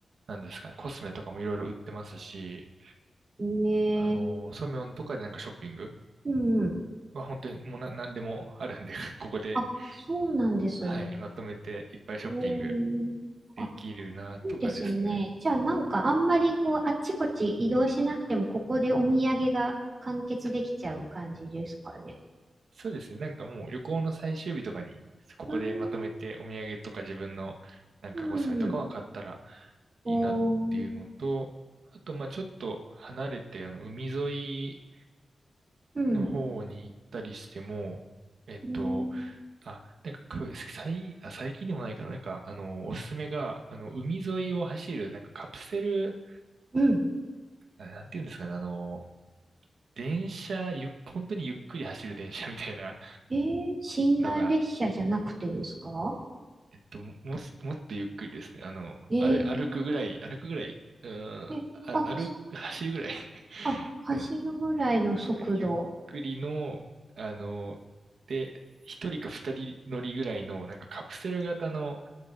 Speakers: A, on the right (about 75°); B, on the right (about 35°).
A: なんですかね、コスメとかもいろいろ売ってますし、
B: うんええ
A: あの、ソミョンとかでなんかショッピング
B: うん。
A: は本当にもうな、なでもあるんで <laughs> ここで、
B: あ、そうなんですね。
A: はい、まとめていっぱいショッピング
B: ええあ、
A: できるなとかですね。
B: いいですね。じゃあ、なんか、あんまり、こう、あっちこっち移動しなくても、ここでお土産が完結できちゃう感じですかね。
A: そうですね。なんかもう旅行の最終日とかに、ここでまとめてお土産とか自分のなんかコスメとかは買ったら
B: うんうん。お
A: いいなっていうのと、
B: ー、
A: あと、まあちょっと離れて、あの、海沿い
B: うん。
A: の方に行ったりしても、えっと、
B: うん。
A: あ、なんかこれ、最、あ、最近でもないかな、なんか、あの、おすすめが、あの、海沿いを走る、なんかカプセル、
B: うん。
A: な、なんていうんですかね、あの、電車、ゆっ、本当にゆっくり走る電車みたいな
B: えー、寝台列車じゃなくてですか
A: のがえっと、もす、もっとゆっくりですね。あの、
B: えー、
A: 歩、歩くぐらい、歩くぐらい、うーん、
B: え、
A: あ、
B: あ、そ
A: 歩、走るぐらい
B: あ、
A: <laughs>
B: 走るぐらいの速度
A: の、なんかゆっくりの、あの、で、一人か二人乗りぐらいの、なんかカプセル型の、